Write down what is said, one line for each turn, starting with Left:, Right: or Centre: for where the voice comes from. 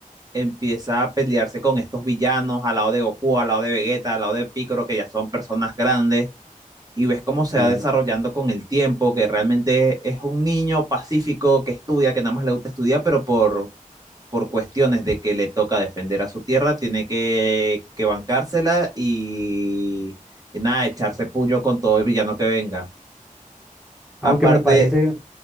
Right: empieza a pelearse con estos villanos al lado de Goku, al lado de Vegeta, al lado de Piccolo, que ya son personas grandes, y ves cómo se
Centre: ujú.
Right: va desarrollando con el tiempo, que realmente es un niño pacífico que estudia, que nada más le gusta estudiar, pero por, por cuestiones de que le toca defender a su tierra, tiene que, que bancársela y, y nada, echarse puño con todo el villano que venga.
Centre: Aunque
Right: Aparte,
Centre: me parece,